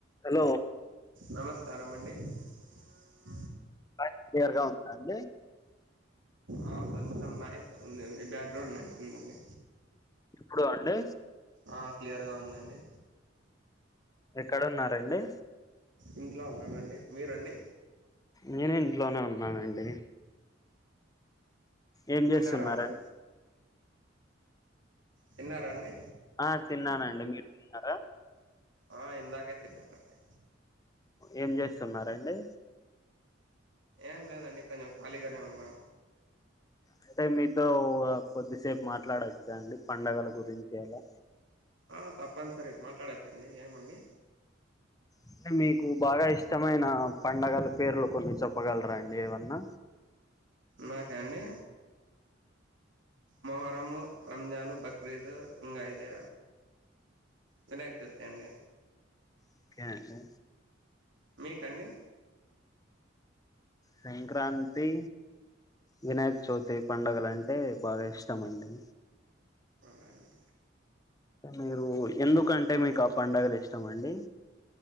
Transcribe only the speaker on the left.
Hello
వాయిస్ క్లియర్ గా ఉందా అండి
ఇప్పుడు అండి
ఎక్కడున్నారండి
నేను ఇంట్లోనే ఉన్నానండి ఏం
చేస్తున్నార
ఆ తిన్నానండి మీరు తిన్నారా
ఏం చేస్తున్నారండి
అంటే మీతో కొద్దిసేపు మాట్లాడచ్చా అండి పండగల గురించి అలా
అంటే మీకు బాగా ఇష్టమైన పండగల పేర్లు కొన్ని చెప్పగలరా అండి ఏవన్నా
ఒకే అండి
సంక్రాంతి వినాయక చవితి పండగలు అంటే బాగా ఇష్టం అండి
మీరు ఎందుకంటే మీకు ఆ పండగలు ఇష్టం అండి